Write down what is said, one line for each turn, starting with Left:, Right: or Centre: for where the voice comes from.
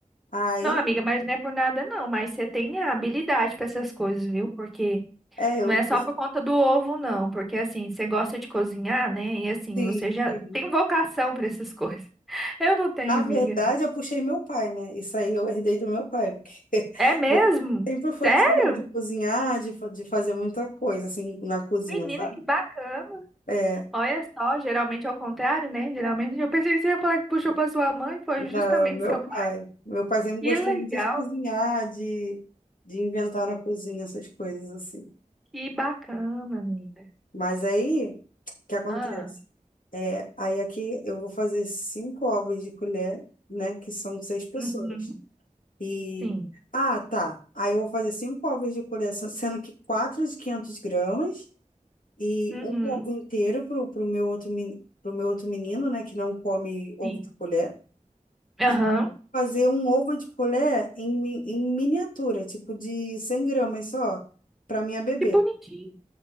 Left: Aí
Centre: Não, amiga, mas não é por nada não, mas você tem a habilidade para essas coisas, viu? Porque
Left: É,
Centre: não
Left: eu,
Centre: é só por conta do ovo não, porque assim, você gosta de cozinhar, né? E assim,
Left: sim,
Centre: você já
Left: sim.
Centre: tem vocação para essas coisas. <laughs> Eu não tenho,
Left: Na verdade,
Centre: amiga.
Left: eu puxei meu pai, né? Isso aí eu herdei do meu pai, porque <laughs>
Centre: É mesmo?
Left: meu pai sempre foi
Centre: Sério?
Left: de, de cozinhar, de, fa- de fazer muita coisa, assim, na cozinha,
Centre: Menina,
Left: sabe?
Centre: que bacana.
Left: É,
Centre: Olha só, geralmente é o contrário, né? Geralmente eu pensei que você ia falar que puxou para sua mãe, foi
Left: da-
Centre: justamente
Left: meu
Centre: seu
Left: pai.
Centre: pai.
Left: Meu pai sempre
Centre: Que
Left: gostou
Centre: legal.
Left: muito de cozinhar, de, de inventar na cozinha, essas coisas assim.
Centre: Que bacana, menina.
Left: Mas aí, o que acontece?
Centre: Ah,
Left: É, aí aqui eu vou fazer cinco ovos de colher, né? Que são seis pessoas.
Centre: uhum.
Left: E.
Centre: Sim.
Left: Ah, tá. Aí eu vou fazer cinco ovos de colher, sendo que quatro de 500 gramas e
Centre: Uhum.
Left: um ovo inteiro pro, pro meu outro, meni- pro meu outro menino, né, que não come ovo
Centre: Sim.
Left: de colher.
Centre: Aham.
Left: E fazer um ovo de colher em, mi- em miniatura, tipo de 100 gramas só, para minha bebê.
Centre: Que bonitinho.